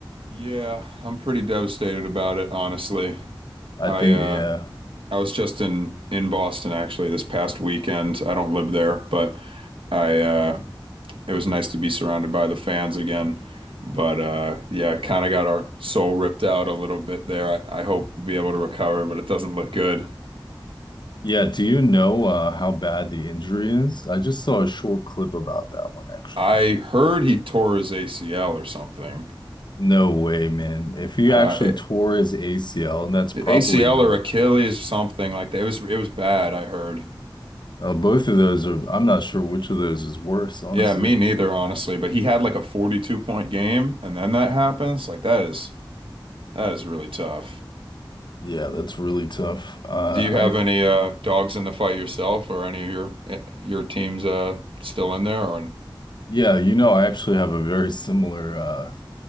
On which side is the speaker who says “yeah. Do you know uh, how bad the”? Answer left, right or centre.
Left